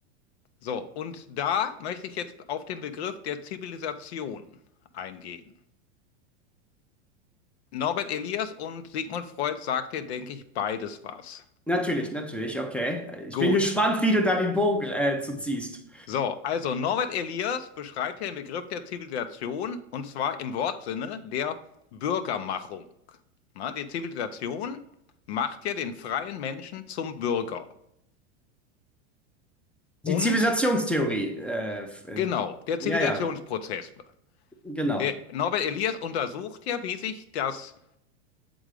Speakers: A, on the left; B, in the centre.
A: So, und da möchte ich jetzt auf den Begriff der Zivilisation eingehen. Norbert Elias und Sigmund Freud sagte, denke ich, beides was.
B: Natürlich, natürlich, okay. Ich
A: Gut.
B: bin gespannt, wie du da den Bogen äh, zu ziehst.
A: So, also Norbert Elias beschreibt ja den Begriff der Zivilisation und zwar im Wortsinne der Bürgermachung. Na, die Zivilisation macht ja den freien Menschen zum Bürger.
B: Die
A: Und
B: Zivilisationstheorie. Äh, f- äh,
A: genau, der Zivilisationsprozess.
B: ja, ja, genau.
A: Der Norbert Elias untersucht ja, wie sich das